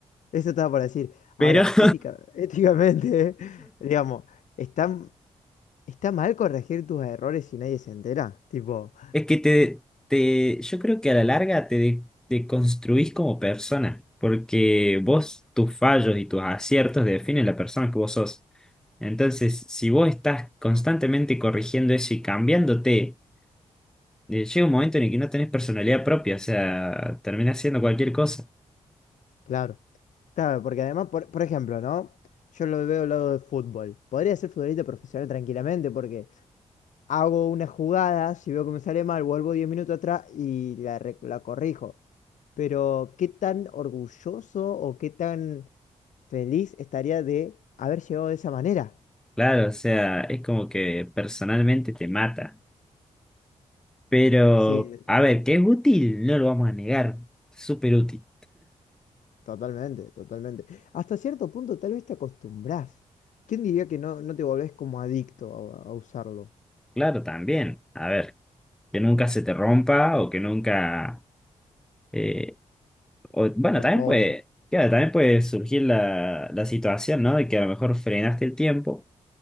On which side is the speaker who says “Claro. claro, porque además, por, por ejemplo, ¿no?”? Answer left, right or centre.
Left